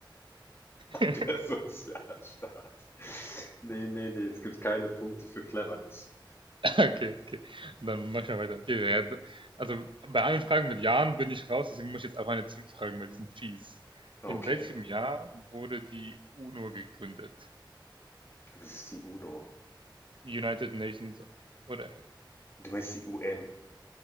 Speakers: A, on the right; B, on the left.
A: <laughs>
B: der Sozialstaat. Nee, nee, nee, es gibt keine Punkte für Cleverness.
A: Okay, okay. Dann mach ich mal weiter. Okay, ja, d- also bei allen Fragen mit Jahren bin ich raus, deswegen muss ich jetzt auch eine zurückfragen, weil die sind fies.
B: Okay,
A: In welchem Jahr wurde die UNO gegründet?
B: das ist die UNO.
A: United Nations oder,
B: Du meinst die UN.